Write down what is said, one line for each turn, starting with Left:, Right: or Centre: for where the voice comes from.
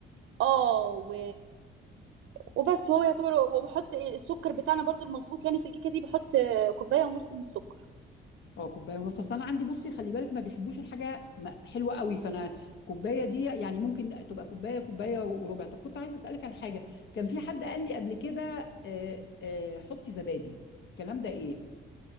Right: اه و... وبس هو يعتبر وبحط السكر بتاعنا برضو المظبوط يعني في الكيكه دي بحط آه، كوبايه ونص من السكر
Left: اه كوباية ونص أصل أنا عندي بصي خلي بالك ما بيحبوش الحاجة م- حلوة قوي فأنا كوباية دي يعني ممكن تبقى كوباية كوباية وربع طب كنت عايزة أسألك على حاجة كان في حد قال لي قبل كده آه، آه، حطي زبادي الكلام ده إيه؟